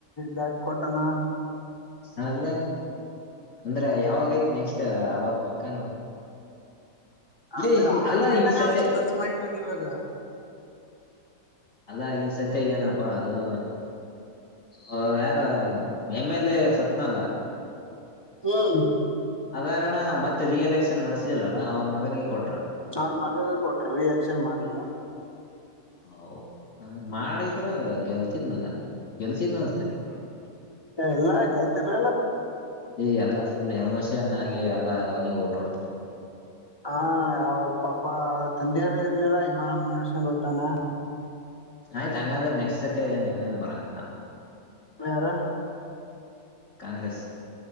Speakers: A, on the left; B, on the left.
A: ಬ್ಯಾ ಘಟನಾ
B: ಹಲ್ಲ ಅಂದ್ರ ಯಾವಾಗಯತ್ ನೆಕ್ಸ್ಟ್ ಅವಾಗ ಪಕ್ಕ ನೋಡ ಇಲ್ಲೇ
A: ಅದ
B: ಈ ಅಲ್ಲ
A: ಆಗ್ಲಿ ಅಂತ
B: ಈ ಸತಿ
A: ನಾವ್ ಇಷ್ಟ್ ಮಾಡಿರೋದು ಇವಾಗ
B: ಅಲ್ಲಾ ಈ ಸತ್ಯ ಏನಪ್ಪಾ ಅದು ಹ ಯಾರ ಮೇಮೇಲೆ ಸತ್ನಾಲ
A: ಹ್ಮ್
B: ಅದಾಗಣ ಮತ್ತೆ ರಿ ಎಲೆಕ್ಷನ್ ನಡ್ಸ್ಲಿಲ್ಲಲ್ಲ ಅವ್ರ ಮಗನಿಗೆ ಕೊಟ್ರ
A: ಚಾರ್ ಮಗಾಗ ಕೊಟ್ರ ರಿಯಾಕ್ಷನ್ ಮಾಡ್ಲಿಲ್ಲ
B: ಹ ಮಾಡಿದ್ರ ಗೆಲ್ತಿದ್ನಲ್ಲ ಗೆಲ್ತಿದ್ ಅನ್ಸ್ತೇತಿ
A: ಇಲ್ಲಾ ಗೆಲ್ತಿರ್ಲಲ್ಲ
B: ಈ ಎಲ್ಲ ಫುಲ್ ಎಮೋಷನ್ ಆಗಿ ಎಲ್ಲ ನೀವು ಓಟಾಡ್ ಮಾಡ್ತ
A: ಹ ಅವ್ರ ಪಾಪ ಅವರ ತಂದೆಯಾರ ಇರ್ಲಿಲ್ಲ ಇವಾರ ಮುನ್ನರ್ಸೊಂಡ ಹೋಗ್ತಾನ
B: ಆಯ್ತ ಹಂಗಂದ್ರೆ ನೆಕ್ಟ್ ಸತೆ ನೀವನೇನ್ ಬರಂಗ ಕಾಣಲ್ಲ
A: ಯಾರ
B: ಕಾಂಗ್ರೆಸ್